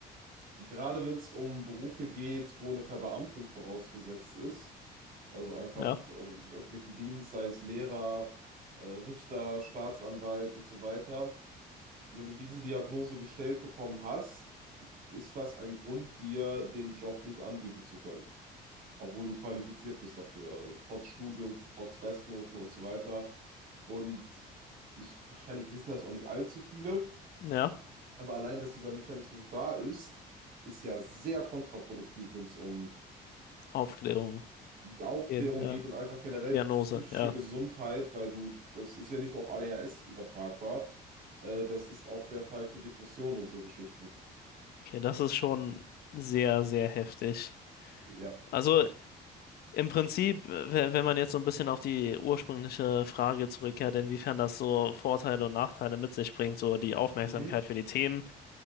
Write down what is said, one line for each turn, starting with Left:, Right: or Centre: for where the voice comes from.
Right: gerade wenn es um Berufe geht, wo eine Verbeamtung vorausgesetzt ist, also einfach
Left: Ja,
Right: äh, im öffentlichen Dienst, sei es Lehrer, äh, Richter, Staatsanwalt und so weiter, wenn du diese Diagnose gestellt bekommen hast, ist das ein Grund, dir den Job nicht anbieten zu können. obwohl du qualifiziert bist dafür, trotz Studium, trotz Bestnoten und so weiter. Und ich, wahrscheinlich wissen das auch nicht allzu viele,
Left: ja,
Right: aber allein, dass dieser Mechanismus da ist, ist ja sehr kontraproduktiv, wenn es um
Left: Aufklärung,
Right: Aufklärung
Left: ja, ja,
Right: geht und einfach generell
Left: Diagnose,
Right: psychische
Left: ja.
Right: Gesundheit, weil du, das ist ja nicht nur auf ADHS übertragbar, äh, das ist auch der Fall für Depressionen und so Geschichten.
Left: Okay, das ist schon sehr, sehr heftig.
Right: Ja.
Left: Also im Prinzip, we- wenn man jetzt so ein bisschen auf die ursprüngliche Frage zurückkehrt, inwiefern das so Vorteile und Nachteile mit sich bringt, so die Aufmerksamkeit
Right: Mhm,
Left: für die Themen